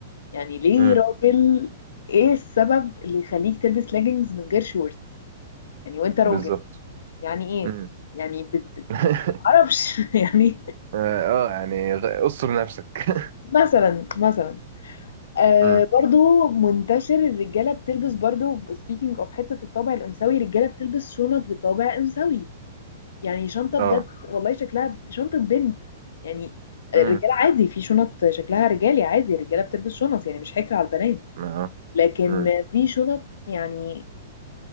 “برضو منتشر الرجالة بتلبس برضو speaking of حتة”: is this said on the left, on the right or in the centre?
Left